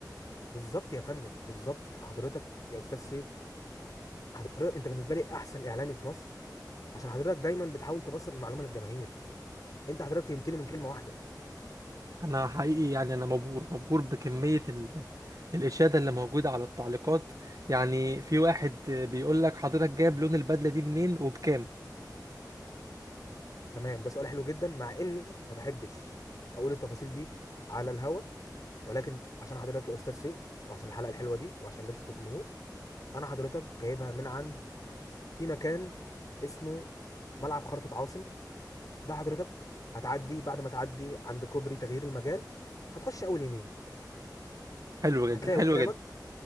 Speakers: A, on the left; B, on the right.
A: بالظبط يا فندم بالظبط حضرتك يا استاذ سيف حضرتك انت بالنسبه لي احسن اعلامي في مصر عشان حضرتك دايما بتحاول تبسط المعلومه للجماهير انت حضرتك فهمتني من كلمه واحده
B: انا حقيقي يعني انا مبهور مبهور بكميه ال... الاشاده اللي موجوده على التعليقات يعني في واحد بيقول لك حضرتك جايب لون البدله دي منين وبكام
A: تمام ده سؤال حلو جدا مع اني ما بحبش اقول التفاصيل دي على الهوا ولكن عشان حضرتك يا استاذ سيف وعشان الحلقه الحلوه دي وعشان نبسط الجمهور انا حضرتك جايبها من عند في مكان اسمه ملعب خرطة عاصم ده حضرتك هتعدي بعد ما تعدي عند كوبري تغيير المجال هتخش اول يمين
B: حلو جدا
A: هتلاقي
B: حلو
A: قدامك
B: جدا